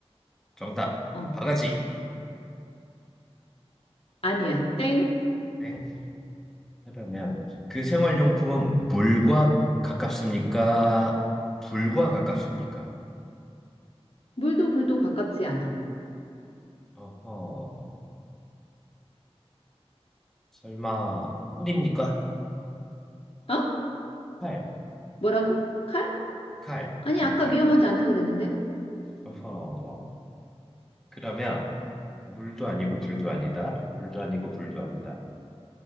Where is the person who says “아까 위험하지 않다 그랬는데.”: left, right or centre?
Left